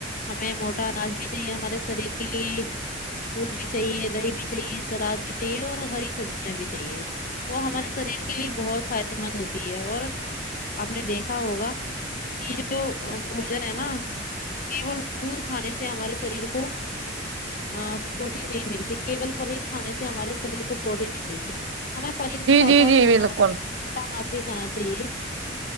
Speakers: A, on the left (about 50°); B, on the right (about 80°).
A: ہمیں موٹا اناج بھی چاہیے ہمارے شریر کے لیے دودھ بھی چاہیے دہی بھی چاہیے سلاد بھی چاہیے اور ہری سبزیاں بھی چاہیے وہ ہمارے شریر کے لیے بہت فائدے مند ہوتی ہے اور آپ نے دیکھا ہوگا کہ جو بھوجن ہے نا کیول دودھ کھانے سے ہمارے شریر کو پروٹین نہیں ملتی کیول پنیر کھانے سے ہمارے شریر کو پروٹین نہیں ملتی ہمیں پنیر کے ساتھ
B: جی
A: ساتھ
B: جی
A: اناج
B: بالکل
A: موٹا اناج بھی کھانا چاہیے